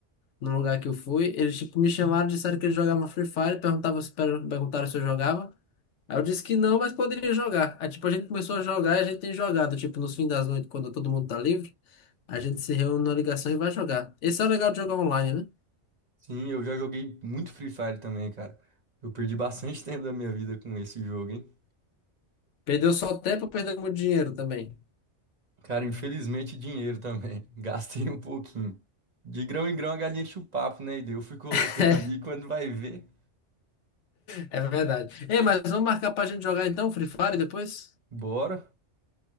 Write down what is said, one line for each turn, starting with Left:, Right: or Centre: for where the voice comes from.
Left: no lugar que eu fui, eles tipo, me chamaram, disseram que eles jogavam Free Fire, perguntavam se, per- perguntaram se eu jogava. Aí eu disse que não, mas poderia jogar. Aí, tipo, a gente começou a jogar e a gente tem jogado. Tipo, nos fins das noites, quando todo mundo tá livre, a gente se reúne na ligação e vai jogar. Esse é o legal de jogar online, né?
Right: Sim, eu já joguei muito Free Fire também, cara. Eu perdi bastante <laughs> tempo da minha vida com esse jogo, hein?
Left: Perdeu só tempo, perdeu muito dinheiro também.
Right: Cara, infelizmente dinheiro também. <laughs> Gastei um pouquinho. De grão em grão a galinha enche o papo, né? E daí eu fui colocando
Left: <laughs>
Right: ali. Quando vai ver,
Left: É verdade. Ei, mas vamos marcar pra gente jogar então, Free Fire depois?
Right: bora.